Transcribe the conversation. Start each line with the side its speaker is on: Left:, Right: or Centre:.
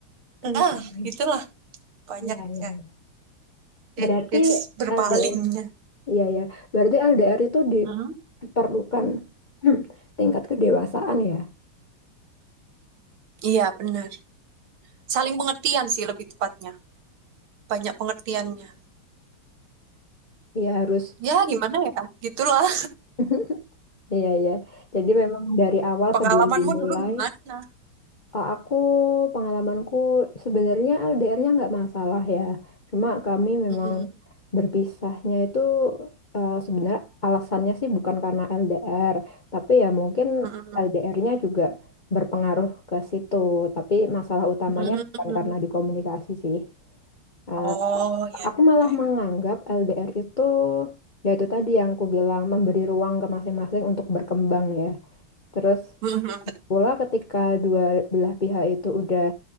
Right: nah
Left: Mm-mm.
Right: itulah banyak
Left: Ya, ya,
Right: yang,
Left: ya.
Right: yang
Left: Berarti
Right: kes berpalingnya.
Left: LDR, iya ya. Berarti LDR itu diperlukan
Right: Hmm?
Left: <clears throat> tingkat kedewasaan ya.
Right: Iya benar, saling pengertian sih lebih tepatnya, banyak pengertiannya.
Left: Ya harus.
Right: Ya gimana ya, gitulah.
Left: <laughs> Iya, ya. Jadi memang dari awal
Right: Pengalamanmu
Left: sebelum dimulai
Right: dulu gimana?
Left: Eh, Aku pengalamanku sebenarnya LDR-nya nggak masalah ya. Cuma kami memang
Right: Mhm,
Left: berpisahnya itu eh, sebenarnya alasannya sih bukan karena LDR, tapi ya mungkin
Right: mhm,
Left: LDR-nya juga berpengaruh ke situ. Tapi masalah utamanya
Right: mmm.
Left: bukan karena di komunikasi sih. Eh,
Right: Oh, ya
Left: aku malah
Right: ya ya.
Left: menganggap LDR itu ya itu tadi yang aku bilang memberi ruang ke masing-masing untuk berkembang ya. Terus
Right: Mhm,
Left: pula ketika dua belah pihak itu udah